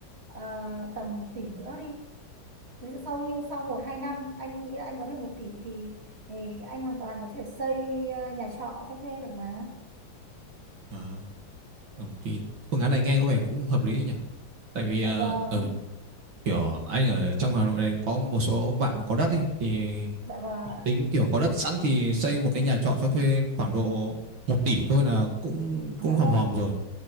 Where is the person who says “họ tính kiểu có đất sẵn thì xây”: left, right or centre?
Right